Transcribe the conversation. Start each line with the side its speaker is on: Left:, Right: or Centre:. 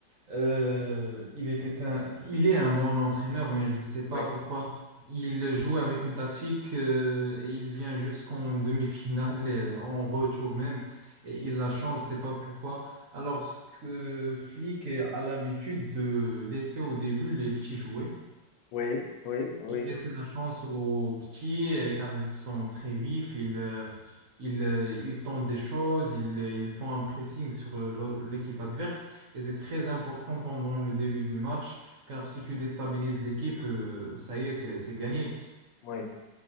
Right: Euh, il était un, il est un bon entraîneur, mais je sais pas
Left: Oui,
Right: pourquoi il joue avec une tactique euh, et il vient jusqu'en demi-finale, et en retour même, et il la change. Je sais pas pourquoi. Alors que flic a l'habitude de laisser au début les petits jouer.
Left: oui, oui, oui,
Right: Il laisse la chance aux petits euh, car ils sont très vifs, ils, euh, ils, euh, ils tentent des choses, ils, euh, ils font un pressing sur euh, l'au- l'équipe adverse et c'est très important pendant le début du match car si tu déstabilises l'équipe, euh, ça y est, c'est c'est gagné.
Left: oui,